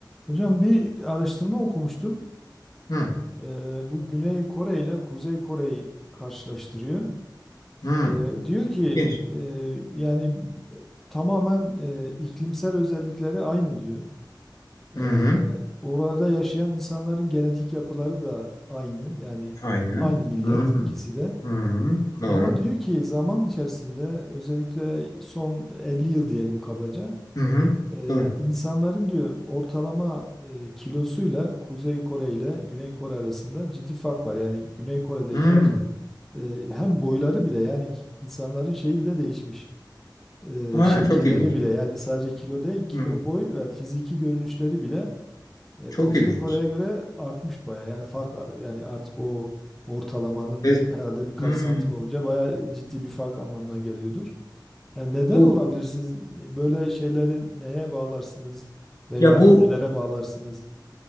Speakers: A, in the centre; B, on the left (about 50°).
A: Hocam bir araştırma okumuştum.
B: Hı,
A: Ee, bu Güney Kore ile Kuzey Kore'yi karşılaştırıyor.
B: hı.
A: Ee, diyor ki
B: İlginç.
A: e, yani e, tamamen e, iklimsel özellikleri aynı diyor.
B: Hı
A: Ee,
B: hı.
A: orada yaşayan insanların genetik yapıları da aynı. Yani
B: Aynen.
A: aynı millet
B: Hı hı.
A: ikisi de.
B: Hı hı. Doğru.
A: Ama diyor ki zaman içerisinde özellikle son 50 yıl diyelim kabaca
B: Hı hı.
A: Ee,
B: Doğru.
A: insanların diyor ortalama e, kilosuyla Kuzey Kore ile Güney Kore arasında ciddi fark var. Yani Güney Kore'dekiler
B: Hı.
A: e, hem boyları bile yani ki- insanların şeyi bile değişmiş. Ee,
B: Aa,
A: şekilleri
B: çok ilginç.
A: bile yani sadece kilo değil kilo
B: Hı.
A: boy ve fiziki görünüşleri bile e,
B: Çok
A: Kuzey
B: ilginç.
A: Kore'ye göre artmış baya. Yani fark a- yani artık o ortalamanın
B: Evet.
A: herhalde birkaç
B: Hı.
A: santim olunca baya ciddi bir fark anlamına geliyordur. Yani neden
B: Bu
A: olabilir siz böyle şeyleri neye bağlarsınız veya
B: ya bu
A: nelere bağlarsınız?